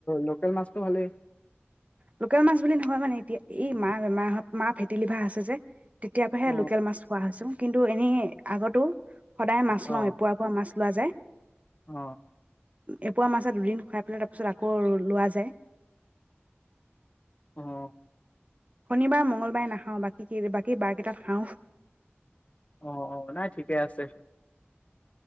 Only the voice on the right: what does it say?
লোকেল মাছ বুলি নহয় মানে, এতিয়া! এই মা বেমাৰত, মা ফেটিলিভাৰ আছে যে, তেতিয়া পৰাহে
লোকেল মাছ খোৱা হৈছোঁ। কিন্তু, এনেই আগতো সদায় মাছ
লওঁ, এপোৱা, এপোৱা মাছ খোৱা যায়।
এপোৱা মাছত দুদিন খুৱাই পেলাই, তাৰ পিছত আকৌ লোৱা যায়।
শনিবাৰ মংগলবাৰে নাখাও, বাকী, বাকী বাৰ কেইটাত খাও।